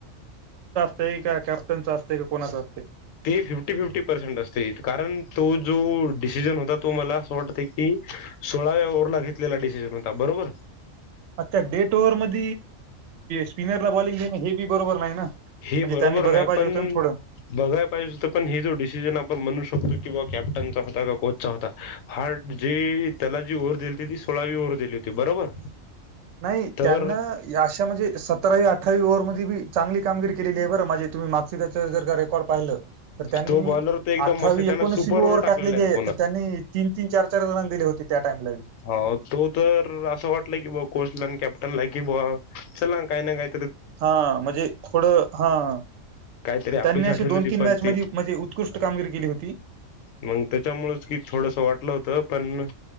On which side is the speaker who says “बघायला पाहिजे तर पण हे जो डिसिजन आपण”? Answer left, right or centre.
Left